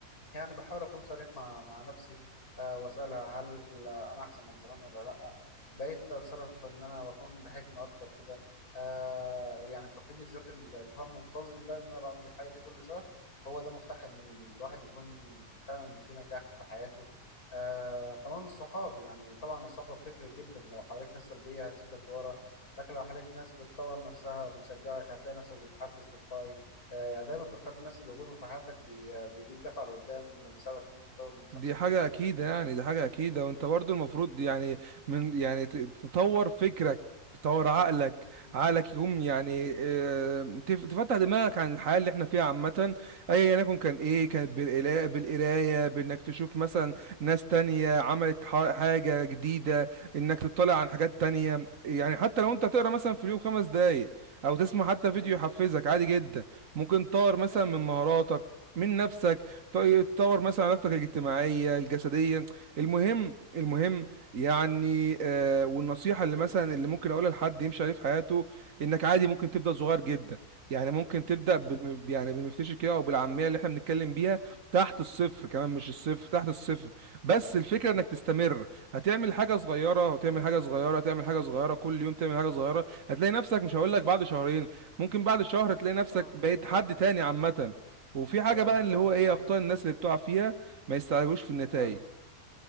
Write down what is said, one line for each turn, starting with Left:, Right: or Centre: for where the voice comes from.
Left: يعني بحاول اكون صريح مع مع نفسي أه واسالها هل آه، انا احسن من زمان ولا لا بقيت اتصرف ان انا بكون بحكمه اكتر كده أه يعني التقييم الذاتي ال- اللي هو المنتظم ده ان انا بعمل الحاجه دي كل شهر هو ده مفتاح ان الواحد يكون فعلا في نجاح في حياته أه كمان الصحاب يعني طبعا الصحبه بتفرق جدا لو حواليك ناس سلبيه هتشدك لورا لكن لو حواليك ناس بتطور نفسها بتشجعك هتلاقي نفسك بتتحفز تلقائي آه، يعني دايما تختار الناس اللي وجودهم في حياتك بي- بيديك دفعة لقدام وبيساعدك إن أنت تطور من شخصيتك
Right: دي حاجة
Left: بشكل
Right: أكيدة
Left: كبير
Right: يعني دي حاجة أكيدة وأنت برضو المفروض يعني من يعني ت- تطور فكرك تطور عقلك
Left: مم.
Right: عقلك يقوم يعني آه، تف- تفتح دماغك عن الحياة اللي احنا فيها عامة أيا يكن كان إيه كانت بالقلا- بالقراية بإنك تشوف مثلا ناس تانية عملت ح- حاجة جديدة إنك تطلع عن حاجات تانية يعني حتى لو أنت تقرا مثلا في اليوم خمس دقايق أو تسمع حتى
Left: مم.
Right: فيديو يحفزك عادي جدا ممكن تطور مثلا
Left: هي
Right: من مهاراتك من نفسك طيب تطور
Left: مم.
Right: مثلا علاقتك الاجتماعيه الجسديه المهم المهم يعني آه والنصيحه اللي مثلا اللي ممكن اقولها لحد يمشي عليه في حياته انك عادي ممكن تبدا صغير جدا يعني ممكن تبدا بال-
Left: مم.
Right: يعني بالمفتشر كده او بالعاميه اللي احنا بنتكلم بيها تحت الصفر كمان مش الصفر تحت الصفر بس الفكره
Left: مم.
Right: انك تستمر هتعمل حاجه صغيره هتعمل
Left: هي
Right: حاجه صغيره هتعمل
Left: هي مش
Right: حاجه
Left: رفاهية
Right: صغيره كل يوم تعمل حاجه صغيره هتلاقي نفسك مش هقول
Left: مم.
Right: لك بعد شهرين ممكن بعد شهر تلاقي
Left: لا
Right: نفسك
Left: على طول
Right: بقيت حد
Left: اه
Right: تاني عامه وفي حاجه
Left: فعلا
Right: بقى اللي
Left: فعلا
Right: هو
Left: دي
Right: ايه
Left: حقيقة
Right: اخطاء الناس اللي بتقع فيها ما يستعجلوش في النتائج
Left: آه.